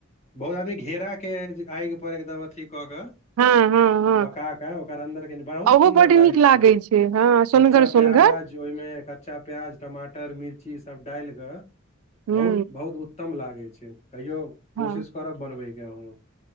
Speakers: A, on the left; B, on the right.
A: बहुत आदमी घेरा के आगि पर एकदम अथी कऽ क
B: हँ हँ हँ
A: पका के ओकर अन्दर कनी बहुत
B: ओहो
A: सुन्दर
B: बड्ड
A: लागे
B: नीक
A: छै
B: लागै हँ सोनगर
A: कच्चा
B: सोनगर
A: प्याज ओहिमे कच्चा प्याज, टमाटर, मिर्ची सब डालि क
B: हूँ
A: बहुत बहुत उत्तम लागै छै कहियो
B: हँ
A: कोशिश करब बनबैके अहूँ।